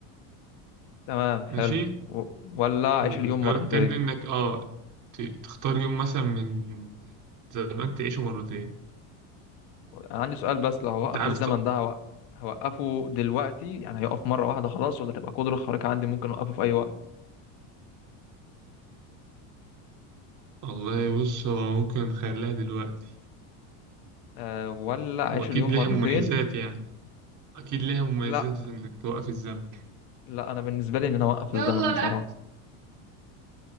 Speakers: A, on the left; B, on the right.
A: تمام
B: ماشي
A: حلو و- ولا أعيش
B: والخيار
A: اليوم مرتين
B: التاني إنك آه ت- تختار يوم مثلا من زمان تعيشه مرتين
A: انا عندي سؤال بس لو هوقف
B: أنت عارف
A: الزمن
B: ط-
A: ده هوق- هوقفه دلوقتي يعني هيقف مرة واحدة خلاص ولا تبقى قدرة خارقة عندي ممكن أوقفه في أي وقت
B: والله بص هو ممكن نخليها دلوقتي
A: أه ولا أعيش
B: وأكيد
A: اليوم
B: ليها
A: مرتين
B: مميزات يعني أكيد ليها مميزات
A: لا
B: إنك توقف الزمن
A: لا أنا بالنسبة لي إن أنا أوقف الزمن
B: يلا
A: بصراحة
B: الأكل